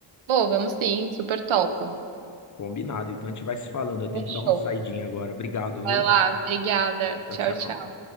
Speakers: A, on the right; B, on the left.
A: Pô, vamos sim, super topo.
B: Combinado. Então a gente vai se falando. Eu tenho
A: Fechou.
B: que dar uma saidinha agora. Obrigado,
A: Vai
B: viu?
A: lá, obrigada.
B: Tchau,
A: Tchau,
B: tchau.
A: tchau.